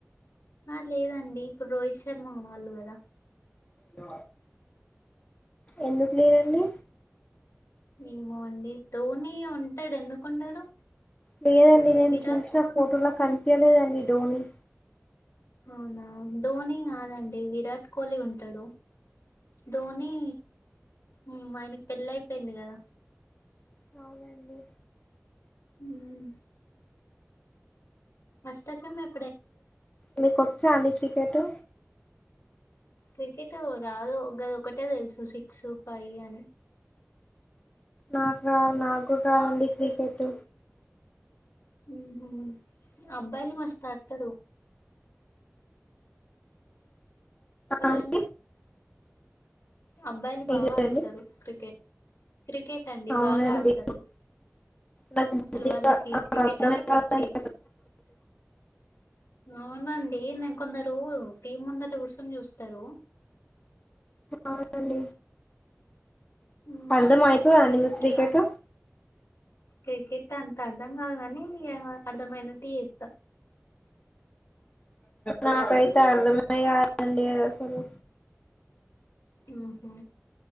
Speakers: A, on the left (about 80°); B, on the left (about 25°).
A: ఆ లేదండి ఇప్పుడు రోహిత్ శర్మ వాళ్ళు కదా
B: ఎ ఎందుకు లేరండి
A: ఏమో అండి ధోని ఉంటాడు ఎందుకుండడు
B: లేదండి నేను
A: విరాట్
B: చూసిన
A: కోహ్లీ
B: ఫోటోలో కనిపి పీయలేదండి ధోని
A: అవునా ధోని కాదండి విరాట్ కోహ్లీ ఉంటాడు ధోని మ్మ్ ఆయనకి పెళ్ళి అయిపోయింది కదా
B: అవునండి
A: మ్మ్ మస్టాచెమ్ ఎప్
B: మీకొచ్చ అండి క్రికెటు
A: క్రికెట్ రాదు గదొకటే తెలుసు సిక్స్ ఫైవ్ అని
B: నాకు రా నాకుడా రాదండి క్రికెట్
A: ఉహూ అబ్బాయిలు మస్త్ ఆడతారు కదండి
B: అండి
A: అబ్బాయిలు
B: మీదండి
A: బాగా ఆడతారు క్రికెట్, క్రికెట్ అండి
B: అవునండి
A: బాగా ఆడతారు,
B: నాకు
A: అసలు
B: బుద్ధిగా
A: వాళ్ళకి క్రికెట్
B: అర్థమే
A: అంటే పిచ్చి
B: కాదండి
A: అవునండి నేను కొందరు టీవి ముందట కూసోని చూస్తారు
B: అవునండి
A: మ్
B: అర్ధం అయితదా అండి మీకు
A: ఇంకేం
B: క్రికెట్
A: క్రికెట్ అంత అర్ధం కాదు కాని అర్ధమయినట్టుచేత్తా
B: నాకయితే అర్దమయి య అండి అసలు
A: ఆహా